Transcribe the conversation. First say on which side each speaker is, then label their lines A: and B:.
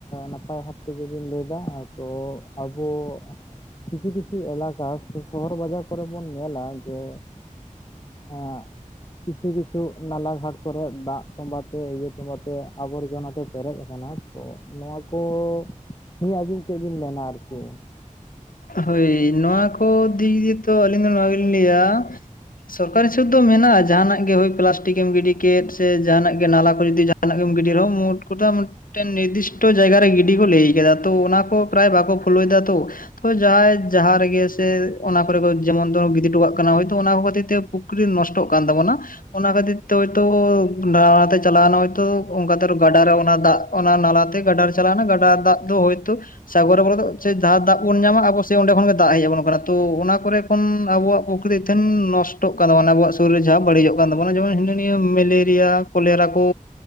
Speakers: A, on the left; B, on the left.
A: ᱱᱟᱯᱟᱭ ᱵᱷᱟᱵ ᱛᱮᱜᱮᱵᱤᱱ ᱞᱟᱹᱭᱫᱟ, ᱛᱚ ᱟᱵᱚ ᱠᱤᱪᱷᱩ ᱠᱤᱪᱷᱩ ᱮᱞᱟᱠᱟ ᱥᱮ ᱥᱚᱦᱚᱨ ᱵᱟᱡᱟᱨ ᱠᱚᱨᱮ ᱵᱚᱱ ᱧᱮᱞᱟ ᱡᱮ ᱮᱸ ᱠᱤᱪᱷᱩ ᱠᱤᱪᱷᱩ ᱱᱟᱞᱟ ᱜᱷᱟᱴ ᱠᱚᱨᱮ ᱫᱟᱜ ᱛᱚᱸᱵᱟ ᱛᱮ ᱤᱭᱟᱹ ᱛᱚᱸᱵᱟ ᱛᱮ ᱟᱵᱚᱨᱡᱚᱱᱟ ᱛᱮ ᱯᱮᱨᱮᱡ ᱟᱠᱟᱱᱟ ᱛᱚ ᱱᱚᱣᱟ ᱠᱚ ᱱᱤᱭᱟᱹ ᱟᱹᱵᱤᱱ ᱪᱮᱫ ᱵᱤᱱ ᱢᱮᱱᱟ ᱟᱨᱠᱤ
B: ᱦᱳᱭ ᱱᱚᱣᱟ ᱠᱚ ᱫᱤᱠ ᱫᱤᱭᱮ ᱛᱚ ᱟᱹᱞᱤᱧ ᱫᱚ ᱱᱚᱣᱟ ᱜᱮᱞᱤᱧ ᱞᱟᱹᱭᱟ ᱥᱚᱨᱠᱟᱨᱤ ᱥᱩᱫ ᱫᱚ ᱢᱮᱱᱟᱜᱼᱟ ᱡᱟᱦᱟᱱᱟᱜ ᱜᱮ ᱦᱳᱭ ᱯᱞᱟᱥᱴᱤᱠᱮᱢ ᱜᱤᱰᱤ ᱠᱮᱫ ᱥᱮ ᱡᱟᱦᱟᱱᱟᱜ ᱜᱮ ᱱᱟᱞᱟ ᱠᱚᱨᱮ ᱡᱩᱫᱤ ᱡᱟᱦᱱᱟᱜ ᱜᱮᱢ ᱜᱤᱰᱤ ᱨᱮᱦᱚᱸ ᱢᱩᱴ ᱠᱚᱴᱟ ᱢᱤᱫᱴᱮᱱ ᱱᱤᱨᱫᱤᱥᱴᱚ ᱡᱟᱭᱜᱟ ᱨᱮ ᱜᱤᱰᱤ ᱠᱚ ᱞᱟᱹᱭ ᱟᱠᱟᱫᱟ ᱛᱚ ᱚᱱᱟ ᱠᱚ ᱯᱨᱟᱭ ᱵᱟᱠᱚ ᱯᱷᱩᱞᱳᱮᱫᱟ ᱛᱚ ᱛ ᱡᱟᱦᱟᱸᱭ ᱡᱟᱦᱟᱸ ᱨᱮᱜᱮ ᱥᱮ ᱚᱱᱟ ᱠᱚᱨᱮ ᱡᱮᱢᱚᱱ ᱜᱤᱰᱤ ᱦᱚᱴᱚ ᱠᱟᱜ ᱠᱟᱱᱟ ᱦᱚᱭᱛ ᱚᱱᱟ ᱠᱷᱟᱹᱛᱤᱨ ᱛᱮ ᱥᱠᱨᱤ ᱱᱚᱥᱴᱚᱜ ᱠᱟᱱ ᱛᱟᱵᱚᱱᱟ ᱚᱱᱟ ᱠᱷᱟᱹᱛᱤᱨ ᱛᱮ ᱦᱚᱳᱭᱛᱚ ᱰᱚᱦᱮᱞᱛᱮ ᱪᱟᱞᱟᱣᱱᱟ ᱦᱚᱳᱭᱛᱚ ᱚᱱᱠᱟᱛᱮ ᱜᱟᱰᱟᱟᱨᱮ ᱚᱱᱟ ᱫᱟᱜ ᱚᱱᱟ ᱱᱟᱞᱟᱛᱮ ᱜᱟᱰᱟᱨ ᱪᱟᱞᱟᱣᱱᱟ, ᱜᱟᱰᱟ ᱫᱟᱜ ᱫᱚ ᱦᱳᱭᱛᱳ ᱥᱟᱜᱚᱨ <inaudible> ᱡᱟᱦᱟᱸ ᱫᱟᱜ ᱵᱚᱱ ᱧᱟᱢᱟ ᱟᱵᱚ ᱥᱮ ᱚᱸᱰᱮ ᱠᱷᱚᱱ ᱜᱮ ᱫᱟᱜ ᱦᱮᱡ ᱟᱵᱚᱱ ᱠᱟᱱᱟ ᱛᱚ ᱚᱱᱟ ᱠᱚᱨᱮ ᱠᱷᱚᱱ ᱟᱵᱚᱣᱟᱜ ᱯᱩᱠᱷᱨᱤ ᱛᱷᱮᱱ ᱱᱚᱥ <unintelligible> ᱟᱵᱚᱣᱟᱜ ᱥᱚᱨᱤᱨ ᱡᱟᱦᱟᱸ ᱵᱟᱹᱲᱤᱡᱚᱜ ᱠᱟᱱ ᱛᱟᱵᱚᱱᱟ ᱡᱮᱢᱚᱱ ᱦᱤᱱᱟᱹ ᱱᱤᱭᱟᱹ ᱢᱮᱞᱮᱨᱤᱭᱟ ᱠᱚᱞᱮᱨᱟ ᱠᱩ